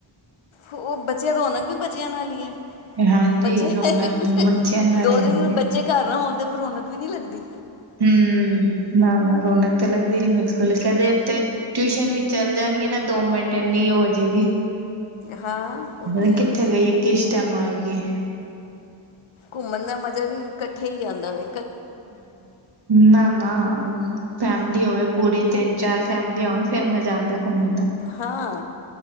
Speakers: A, on the left; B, on the right.
A: ਉਹ ਬੱਚੇ, ਰੌਣਕ ਵੀ ਬੱਚਿਆਂ ਨਾਲ ਹੀ ਏ।
B: ਹਾਂਜੀ,
A: ਬੱਚੇ,
B: ਰੌਣਕ
A: ਇੱਕ,
B: ਤਾਂ ਬੱਚਿਆਂ ਨਾਲ
A: ਦੋ
B: ਈ
A: ਦਿਨ
B: ਹੁੰਦੀ
A: ਬੱਚੇ
B: ਐ।
A: ਘਰ ਨਾ ਹੋਣ ਤੇ - ਰੌਣਕ ਵੀ ਨੀ ਲੱਗਦੀ
B: ਹਮ ਨਾ ਨਾ ਰੌਣਕ ਤੇ ਲੱਗਦੀ ਨੀ ਬਿਲਕੁਲ ਕਦੇ ਤੇ ਟਿਊਸ਼ਨ ਵੀ ਚੱਲ ਜਾਣਗੇ ਨਾ ਦੋ ਮਿੰਟ ਇੰਨੀ ਹੋ ਜਾਏਗੀ
A: ਹਾਂ ਉਹ ਤੇ
B: ਹ
A: ਹੈ।
B: ਕਿੱਥੇ ਗਈਏ ਕਿਸ ਟਾਈਮ ਆਏਗੀ
A: ਘੁੰਮਣ ਦਾ ਮਜ਼ਾ ਵੀ ਇਕੱਠੇ ਹੀ ਆਉਂਦਾ ਵ
B: ਨਾ ਨਾ ਹੋਵੇ ਪੂਰੀ ਤਿੰਨ ਚਾਰ ਫੈਮਲੀ ਆ ਹੋਣ ਫੇਰ ਮਜ਼ਾ ਆਉਂਦਾ ਘੁੰਮਣ ਦਾ
A: ਹਾਂ